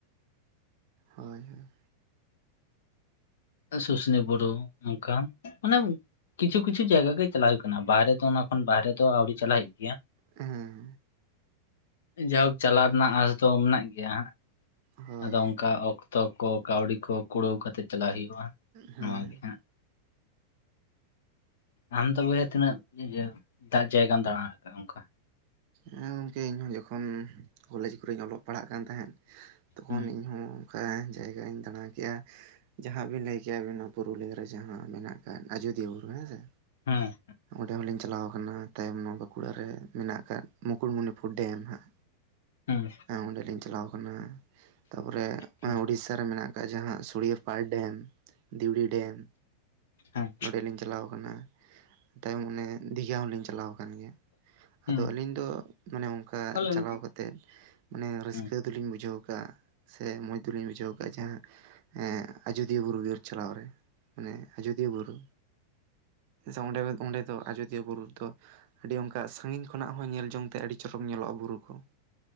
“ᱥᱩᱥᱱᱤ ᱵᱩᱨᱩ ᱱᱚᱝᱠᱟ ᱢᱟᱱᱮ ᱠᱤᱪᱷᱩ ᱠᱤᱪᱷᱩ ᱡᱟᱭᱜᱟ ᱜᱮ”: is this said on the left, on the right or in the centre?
Left